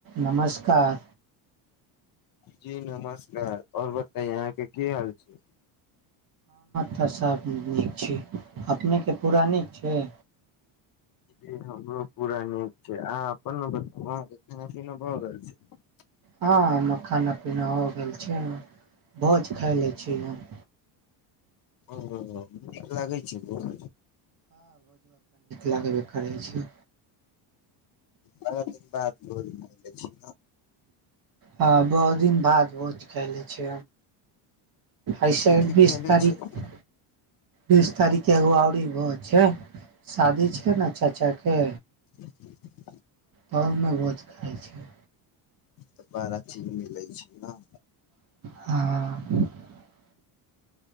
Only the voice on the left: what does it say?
जी नमस्कार आओर बताइ अहाँके के की हाल छै
जी हमरो पूरा नीक छै अहाँ अपन न बताउ आहा के खाना पीना भऽ रहल छै
ओ नीक लागै छै भोज
बाड़ा दिन बाद भोज खायले छी
की की
खैले
छी तऽ
ह <inaudible>
तऽ बड़ा चीज मिलै छै न